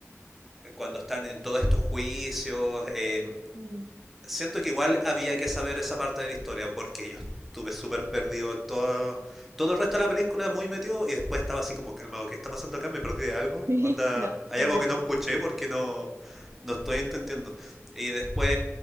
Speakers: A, in the centre; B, on the right (about 55°).
A: cuando están en todos estos juicios, eh,
B: Mm.
A: siento que igual había que saber esa parte de la historia, porque yo estuve súper perdido en todo, todo el resto de la película, muy metido, y después estaba así como calmado, ¿qué está pasando acá? ¿Me perdí de algo?
B: <laughs>
A: Onda,
B: No,
A: hay
B: es
A: algo
B: verdad.
A: que no escuché porque no, no estoy entendiendo. Y después